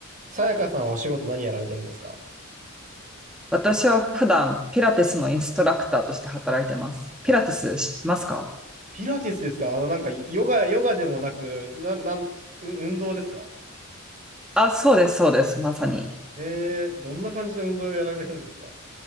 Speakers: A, on the right; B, in the centre.
A: さやかさんはお仕事何やられてるんですか
B: 私は普段ピラティスのインストラクターとして働いてます。ピラティス知ってますか
A: あピラティスですかあの、なんか、ヨガ、ヨガでもなく、な、なん、う運動ですか
B: あ、そうです、そうです、まさに。
A: へえ、どんな感じの運動をやられるんですか